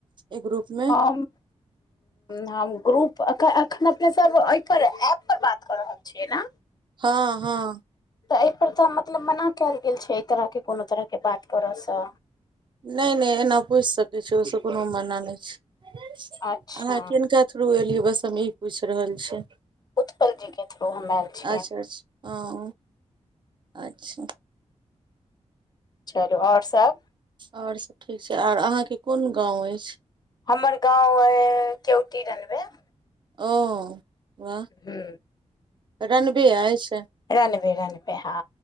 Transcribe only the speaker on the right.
इ ग्रुप मे
<inaudible>
हँ हँ
नहि नहि एना पूछि सकैत छै ओहिसँ कोनो मना नहि छै
अहाँ किनका थ्रू एलियै बस हम ई पूछि रहल छै
अच्छा अच्छा हँ अच्छा
आओर सभ ठीक छै आर अहाँके कोन गाँव अछि
ओ वाह
रनबे अछि